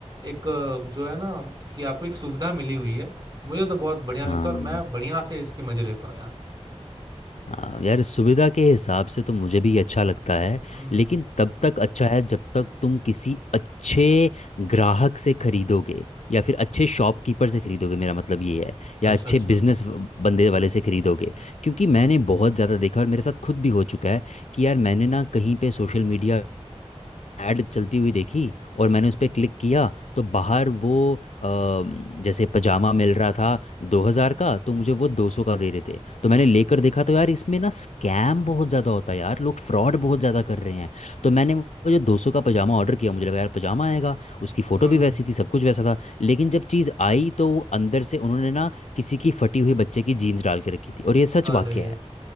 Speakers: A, on the right; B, on the left.
A: एक जो है ना कि आपको एक सुविधा मिली हुई है मुझे तो बहुत बढ़िया लगता
B: हाँ
A: है और मैं बढ़िया से इसके मजे लेता हूँ यार
B: हाँ यार सुविधा के हिसाब से तो मुझे भी ये अच्छा लगता है
A: हम्म
B: लेकिन तब तक अच्छा है जब तक तुम किसी अच्छे ग्राहक से खरीदोगे या फिर अच्छे शॉपकीपर से खरीदोगे मेरा मतलब ये है या
A: अच्छा
B: अच्छे
A: अच्छा
B: बिजनेस बंदे वाले से खरीदोगे क्योंकि मैंने बहुत ज़्यादा देखा और मेरे साथ खुद भी हो चुका है कि यार मैंने ना कहीं पे सोशल मीडिया ऐड चलती हुई देखी और मैंने उस पर क्लिक किया तो बाहर वो अ, जैसे पजामा मिल रहा था 2000 का तो मुझे वो 200 का दे रहे थे तो मैंने लेकर देखा तो यार इसमें ना स्कैम बहुत ज़्यादा होता है यार लोग फ्रॉड बहुत ज़्यादा कर रहे हैं तो मैंने वो जो 200 का पजामा ऑर्डर किया मुझे लगा यार पजामा आएगा उसकी फ़ोटो
A: हम्म
B: भी वैसी थी सब कुछ वैसा था लेकिन जब चीज़ आई तो वो अंदर से उन्होंने ना किसी की फटी हुई बच्चे की जीन्स डाल के रखी थी और ये सच
A: अरे
B: वाक्य है